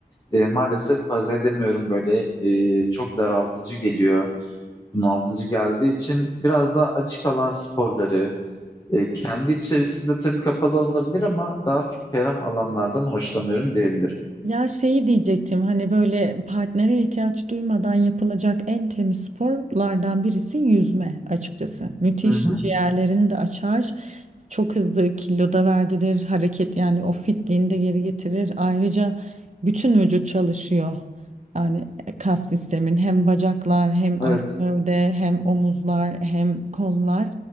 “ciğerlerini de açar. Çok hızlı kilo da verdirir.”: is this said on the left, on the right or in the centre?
Right